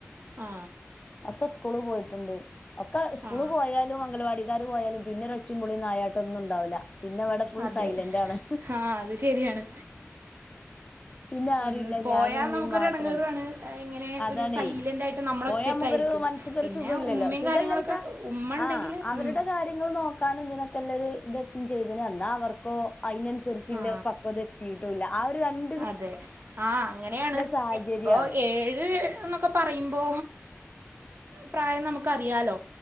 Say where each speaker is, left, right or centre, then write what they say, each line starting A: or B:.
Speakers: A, on the right (about 45°); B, on the left (about 25°).
A: ആ
B: ഒക്ക സ്കൂള് പോയിട്ട്ണ്ട് ഒക്കെ സ്കൂള്
A: ആ
B: പോയാൽ. ലും അംഗൽവാടിക്കാര് പോയാലും പിന്നെരൊച്ചിം ബുളിം നായട്ടൊന്നുണ്ടാവുല. പിന്നവടെ ഫുൾ
A: അതെ
B: സൈലൻ്റാണ്.
A: ആ അത് ശരിയാണ്
B: പിന്നെ ആരുല്ല
A: ഉം, പോയാൽ
B: ഞാനു മ്മിം
A: നമുക്കൊരു
B: മാത്രണ്ട്
A: ഇടങ്ങേറാണ് ഇങ്ങനെ
B: അതാണെ
A: ഒരു സൈലൻ്റ് ആയിട്ട് നമ്മൾ
B: പോയാമ്മക്കൊരു
A: ഒറ്റക്കായിരിക്കും
B: മൻസ് സ്ക്കൊരു
A: പിന്നെ
B: സുഖൂല്ലല്ലോ
A: ഉമ്മയും
B: സുഖല്ലെയ്ച്ച.
A: കാര്യങ്ങളൊക്കെ ഉമ്മ ഉണ്ടെങ്കിൽ
B: ആഹ് അവരുടെ
A: ഉം,
B: കാര്യങ്ങള് നോക്കാനും തിനൊക്കെല്ലരു ത്. ചെയ്ത്ണ് എന്നാ അവർക്കോ അയിനൻസര്ച്ച്ല്ല
A: ആ
B: പക്വത എത്തിട്ടുല്ല ആ ഒരു രണ്
A: അതെ ആഹ് അങ്ങനെയാണ്
B: സാഹചര്യാണ്
A: പ്പൊ ഏഴ് ന്നൊക്ക പറയ്മ്പോ പ്രായം നമുക്കറിയാലോ.